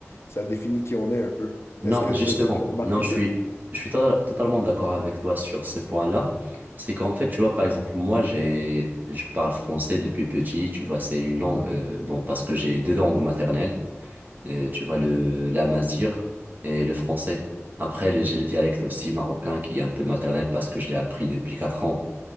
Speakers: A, on the left (about 65°); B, on the right (about 40°).
A: Ça définit qui on est un peu.
B: Non,
A: Est-ce que
B: justement,
A: tu as remarqué
B: non, je
A: ça?
B: suis, je suis to- totalement d'accord avec toi sur ce point-là. C'est qu'en fait, tu vois, par exemple, moi, j'ai, je parle français depuis petit, tu vois, c'est une langue, euh, bon, parce que j'ai deux langues maternelles. Euh, tu vois le l'amazigh et le français. Après, le- j'ai le dialecte aussi marocain qui est un peu maternel parce que je l'ai appris depuis 4 ans